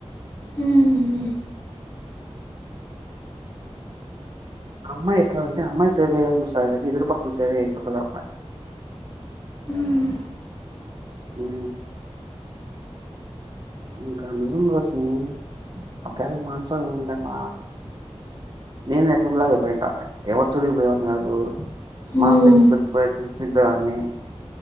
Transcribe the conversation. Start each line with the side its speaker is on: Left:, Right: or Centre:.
Left: ఉమ్
Right: అ అమ్మాయి ఎట్లా అంటె అ అమ్మాయి సేవ అయేదే చుస్తది ఇద్ధరిపక్ <unintelligible> అమ్మయి
Left: ఉమ్
Right: ఉ ఇంకా నిజం రోష్ని ఒకేల మాన్స ఏ ఉండయమ్మా నేను ఎలాంట ఎవరి చూరు ఇప్పుడు ఎవరికు
Left: ఉమ్
Right: మాన్స్కి స్పే <unintelligible> న్ని